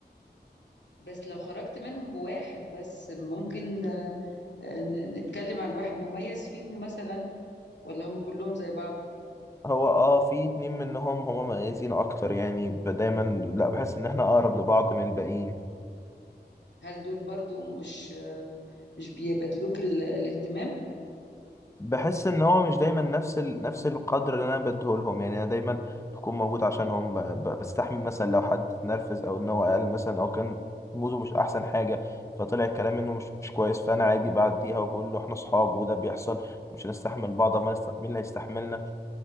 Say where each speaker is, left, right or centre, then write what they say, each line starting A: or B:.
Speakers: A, on the left; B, on the left.
A: بس لو خرجت منهم بواحد بس ممكن آه، آه، نتكلم عن واحد مميز فيهم مثلا ولا هم كلهم زي بعض
B: هو أه في اتنين منهم هما مميزين أكتر يعني ب- دايما لا بحس إن إحنا أقرب لبعض من الباقيين
A: هل دول برضو مش مش بيبادلوك ال- الاهتمام
B: بحس ان هو مش دايما نفس ال... نفس القدر اللي انا بديه لهم يعني انا دايما بكون موجود عشانهم ب... ب- بستحمل مثلا لو حد اتنرفز او ان هو قال مثلا او كان موده مش احسن حاجه فطلع الكلام منه مش مش كويس فانا عادي بعديها وبقول له احنا اصحاب وده بيحصل مش هنستحمل بعض ما نست... مين اللي هيستحملنا